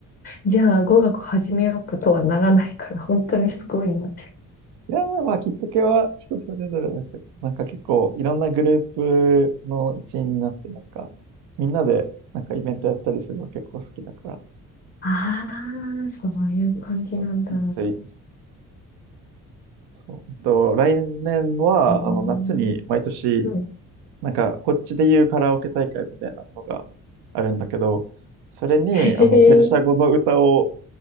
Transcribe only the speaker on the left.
じゃあ語学始めようかとはならないから、本当にすごいなって。
ああ、そういう感じなんだ。
えー、う
ん。
<laughs> へへ